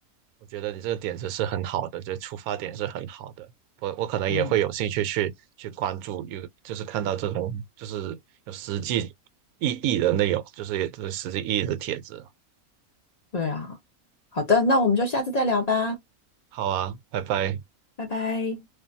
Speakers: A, on the right (about 90°); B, on the left (about 60°).
A: 我觉得你这个点子是很好的，这出发点是很好的。我我可能也会有兴趣去去关注，
B: 嗯，
A: 有就是看到这种就是有实际意义的内容，就是也就是实际意义的帖子。
B: 对啊，好的，那我们就下次再聊吧，
A: 好啊，拜拜。
B: 拜拜。